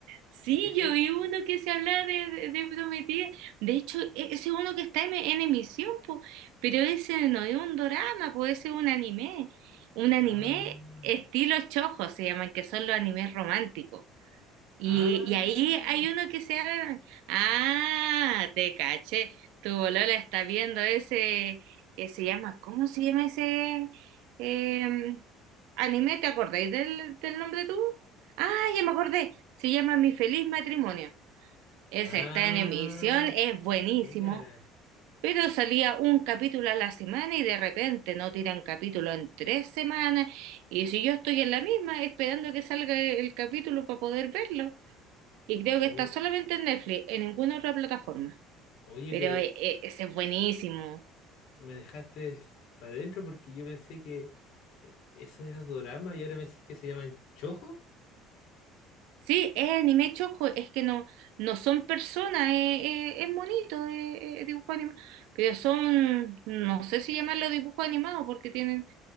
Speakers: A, on the right (about 80°); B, on the left (about 60°).
A: sí,
B: ¿Cachai?
A: yo vi uno que se habla de, de, de Prometida. De hecho, e- ese es uno que está en, en emisión, po, pero ese no es un drama, puede ser un anime. Un
B: Ah,
A: anime estilo chojo se llaman, que son los animes románticos. Y,
B: ah,
A: y ahí hay uno que se abre. Ah, te caché. Tu bolola está viendo ese que se llama, ¿cómo se llama ese eh, anime? ¿Te acordáis del, del nombre tú? Ah, ya me acordé. Se llama Mi Feliz Matrimonio. Ese
B: ah,
A: está en emisión, es buenísimo,
B: mira.
A: pero salía un capítulo a la semana y de repente no tiran capítulo en tres semanas. Y si yo estoy en la misma esperando que salga el capítulo para poder verlo. Y creo
B: O-
A: que está solamente en Netflix, en ninguna otra plataforma.
B: oye,
A: Pero
B: pero
A: eh, eh, ese es buenísimo.
B: me dejaste para adentro porque yo pensé que eh, eso era dorama y ahora me decís que se llaman chojo.
A: Sí, es anime chojo, es que no, no son personas, eh, eh, es bonito de dibujo animado. Pero son, no sé si llamarlo dibujo animado, porque tienen,